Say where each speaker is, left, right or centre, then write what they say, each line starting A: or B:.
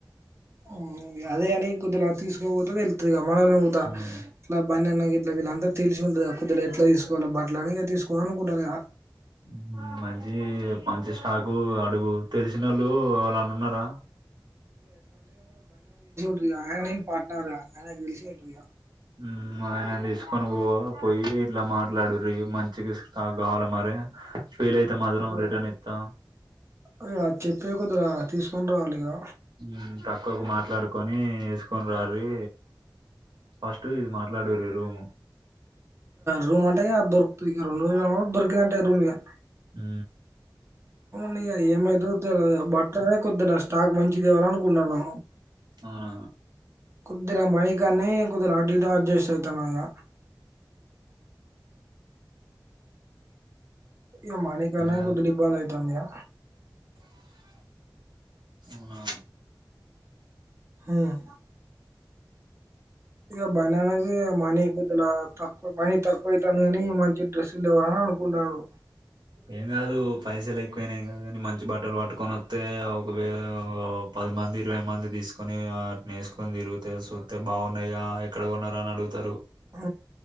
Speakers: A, on the right; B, on the right.
A: హ్మ్ అదే అని కొద్దిలా తీసుకాపోతే తెలుస్తది మావోల్లుగుతా
B: హ్మ్.
A: ఇట్లా బన్నీ అన్న గిట్ల ఇట్లా వీళ్ళంత తెలిసి ఉండదు ఆ కుద్దిగా ఎట్లా తీసుకోవాల బట్ల అని తీసుకోవాల కొనుకుంటరిగా
B: హ్మ్ మంచి మంచి స్టాకు అడుగు తెలిసినోళ్లు ఎవల్లన్న ఉన్నారా
A: ఈగ అయన నేను పార్టనర్ గా ఆయనకు తెలిసి ఉంటది ఇక
B: హ్మ్ ఆయన తీసుకొని పో పోయి ఇట్లా మాట్లాడురి మంచిగ స్టాక్ గావలి మరి ఫెయిల్ అయితే మాత్రం రిటర్న్ ఇస్తాం
A: అదిగా చేప్పవుకదరా తీసుకొని రావాలి గా
B: ఊ తక్కువకు మాట్లాడుకొని కోని రారి ఫస్ట్ ఇది మాట్లాడురి ఈ రూము
A: రూమ్ అంటే దొరుకుతది రెండో రూము దోర్ గంటే రూమియా
B: ఊ
A: నీ అయ్యా ఏమి దొరికితే బర్త్డే కుద్ నష్ట స్టాక్ మంచిదేవాల అనుకున్నాను.
B: అవునా
A: కుద్దిగా మై ఇగ్గనే కొద్దిగ అటు ఇటు అడ్జస్ట్వుతున్నా ఇంగ ఇగ మణి కన్న
B: ఏం కాదు
A: కొద్దిగా ఇబ్బంది అయితుందియా
B: అవునా
A: అవును ఇ బననజ మనీగదల తక్కువ పని తక్కువ అయితందిగా నీ మంచి డ్రెస్ లేవు ఆడ అనుకుంటరు
B: ఏం కాదు పైసలు ఎక్కువైనాయి కా కానీ మంచి బట్టలు పట్టుకొని వస్తే ఒకవే పదిమంది ఇరవై మంది తీసుకొని అటిని వేసుకుని తిరుగీతే చూస్తే బాగున్నాయి రా ఎక్కడ కొన్నవు అని అడుగుతారు.
A: ఆ